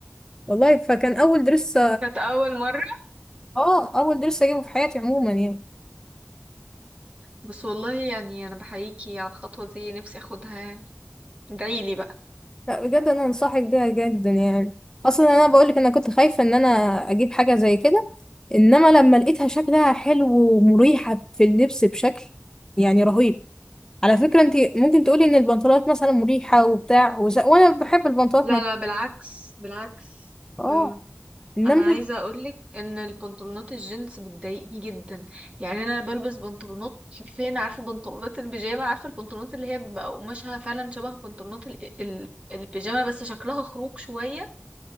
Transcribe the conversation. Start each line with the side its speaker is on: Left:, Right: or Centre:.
Left: والله فكان اول درس
Right: كانت اول مره
Left: اه اول درس اجيبه في حياتي عموما يعني
Right: بس والله يعني انا بحييكي على الخطوه دي نفسي اخدها يعني ادعيلي بقى
Left: لا بجد انا انصحك بيها جدا يعني اصلا انا بقولك انا كنت خايفه ان انا اجيب حاجه زي كده انما لما لقيتها شكلها حلو ومريحه في اللبس بشكل يعني رهيب على فكرة انت ممكن تقولي ان البنطلونات مثلا مريحة وبتاع وز... وانا بحب البنطلونات
Right: لا
Left: مك...
Right: لا بالعكس بالعكس
Left: اه
Right: أم،
Left: انما
Right: انا عايزه اقولك ان البنطلونات الجينز بتضايقني جدا يعني انا بلبس بنطلونات حرفيا عارفه بنطلونات البيجامه عارفه البنطلونات اللي هي بيبقى قماشها فعلا شبه بنطلونات ال- ال- البيجامه بس شكلها خروج شويه